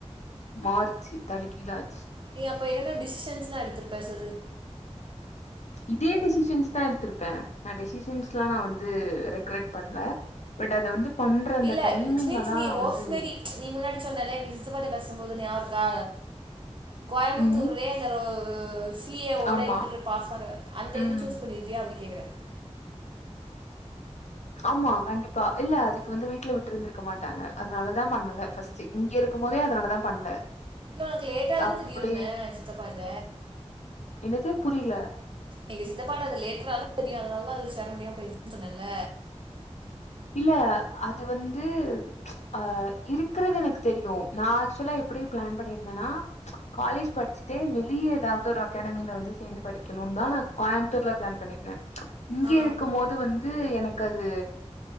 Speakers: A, on the left; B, on the right.
A: மாற் றிச்சி தல கீழாச்சி
B: நீ அப்ப என்னென்ன டிசிஷன்ஸ்ல்லா எடுத்திருப்ப சொல்லு
A: இதே டெசிஷன்ஸ் தா எடுத்திருப்பே நா டெசிஷன்ஸ் எல்லா நா வந்து ரெக்ரெட் பண்ணல பட் அத வந்து பண்ற அந்த
B: இல்ல
A: டைமிங்க
B: இட்ஸ் மீன்ஸ்
A: தா
B: நீ ரோஸ்மேரி
A: வந்து
B: நீ முன்னாடி சொன்னல்லா எங்க சித்தப்பா கிட்ட பேசும்போது ஞாபக இருக்கா கோயம்புத்தூர்லேயே
A: ம்.
B: அந்த ரோ சி ஏ ஓட
A: ஆமா.
B: இன்டரு பாஸ் ஆகுர அந்த
A: ம்.
B: இது சூஸ் பண்ணியிருப்பையா அப்படி கேக்குறே
A: ஆமா கண்டிப்பா இல்ல அதுக்கு வந்து வீட்டுல விட்டு இருந்திருக்க மாட்டாங்க அதனால தா பண்ணல பர்ஸ்ட் இங்க இருக்கு போதே அதனால தா பண்ணல
B: இல்ல உனக்கு லேட்டாதன
A: அப்படியே
B: தெரியுன சித்தப்பாட்ட
A: என்னது? புரியல.
B: எங்க சித்தப்பாட்ட அத லேட்டறரா தா தெரியு அதனாலதா அது ஷேர முடியாம போயிடுச்சுன்னு சொன்னேல்ல
A: இல்ல அது வந்து ம்ச் ஆ இருக்கிறது எனக்கு தெரியு நா ஆக்சுவலா எப்படி பிளன் பண்ணி என்னனா ம்ச் காலேஜ் படிச்சிடே வெளிய ஏதாவது ஒரு அக்கடாமியில வந்து சேந்து படிக்கணு தா நா கோயம்புத்தூர்ல ப்ளன் பண்ணிருந்தே ம்ச் இங்கே
B: ஆ
A: இருக்கு போது வந்து எனக் கது